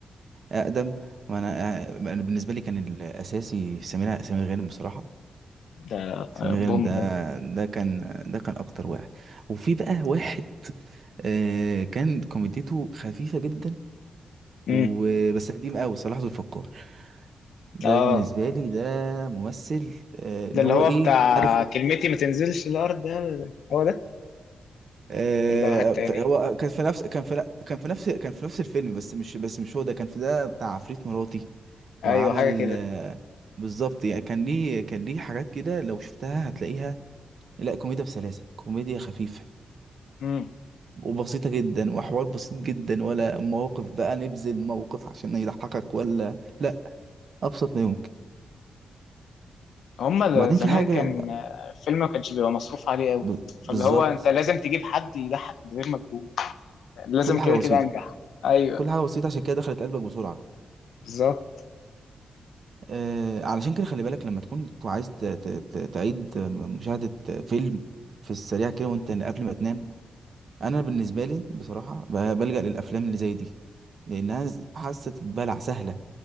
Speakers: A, on the right; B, on the left.
A: اقدم ما انا أنا بالنسبه لي كان الاساسي سمير سمير غانم بصراحه
B: ده
A: سمير
B: آه،
A: غانم
B: بوم
A: ده
B: ده
A: ده كان ده كان اكتر واحد وفي بقى واحد آه كان كوميديته خفيفه جدا
B: امم
A: وبس قديم قوي صلاح ذو الفقار ده
B: اه
A: بالنسبه لي ده ممثل آه اللي
B: ده اللي
A: هو
B: هو
A: ايه
B: بتاع
A: عارف
B: كلمتي ما تنزلش الارض ده ده- هو ده
A: آه،
B: ولا ده واحد تاني
A: ف- هو كان في نفس كان في ن- كان في نفس كان في نفس الفيلم بس مش بس مش هو ده كان في ده بتاع عفريت مراتي
B: ايوه
A: وعمل
B: حاجه
A: آه، بالظبط يعني كان ليه كان ليه حاجات كده لو شفتها هتلاقيها لا كوميديا بسلاسة كوميديا خفيفة
B: كده
A: وبسيطة جدا وحوار بسيط جدا ولا مواقف بقى نبذل موقف عشان يضحكك ولا لا أبسط ما يمكن
B: هما
A: وبعدين
B: زمان
A: في حاجة
B: كان الفيلم ما كانش بيبقى مصروف عليه قوي
A: ب... بالظبط
B: فاللي هو انت لازم تجيب حد يضحك من غير مجهود لازم
A: كل
B: كده
A: حاجة بسيطة
B: كده انجح ايوه
A: كل حاجة بسيطة عشان كده دخلت قلبك بسرعة
B: بالظبط
A: آه، علشان كده خلي بالك لما تكون ت- عايز ت- ت- ت- تعيد مشاهدة فيلم في السريع كده وانت قبل ما تنام انا بالنسبة لي بصراحة ب- بلجأ للافلام اللي زي دي لانها ز- حاسة تتبلع سهلة